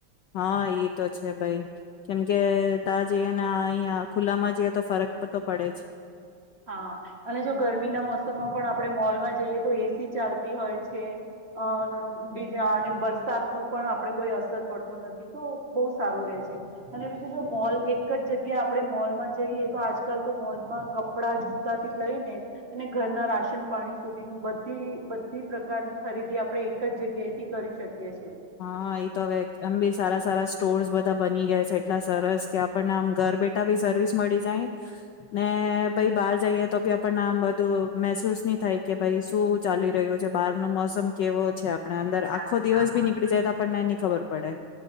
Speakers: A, on the left (about 75°); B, on the right (about 30°).
A: હા ઈ તો છે ભાઈ કેમ કે બધ જઈએ ને અહીંયા ખુલ્લામાં જઈએ તો ફરક તો પડે જ
B: હા અને જો ગરમીના મોસમમાં પણ આપણે મોલમાં જઈએ તો એસી ચાલતી હોય છે અ બીજા અને વરસાદ ન પણ આપણે કોઈ અસર પડતો નથી તો બહુ સારું રહે છે અને બીજું જો મોલ એક જ જગ્યા આપણે મોલમાં જઈએ તો આજ આજકાલ તો મોજમાં કપડા જૂતા થી લઈને અને ઘરના રાશન પાણી સુધીનું બધી બધી પ્રકારની ખરીદી આપડણે એક જ જગ્યાએથી કરી શકીએ છએ.
A: હા એ તો હવે એમ બી સારા સારા સ્ટોર્સ બધા બની ગયા એટલા છે. સરસ કે આપણને આમ ઘર બેઠા બી સર્વિસ મળી જાય ને ભાઈ બહાર જઈએ. તો પણમ બધું મહેસૂસ ન થાય કે ભાઈ શું ચાલી રહ્યું છે બાર નો મોસમ કેવો છે આપણે અંદર
B: <inaudible>
A: ચ આપ પણ ની ખબર પડે.